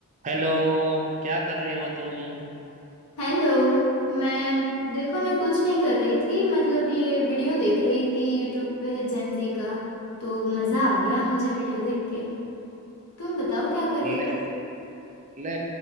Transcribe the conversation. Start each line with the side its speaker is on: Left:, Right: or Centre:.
Right: Hello क्या कर रही हो तुम
Left: हेलो मैं देखो ना कुछ नहीं कर रही थी मतलब ये वीडियो देख रही थी यूट्यूब पे जेनजी का तो मज़ा आ गया मुझे वीडियो देख के तुम बताओ क्या कर
Right: ले
Left: रहे थे
Right: ले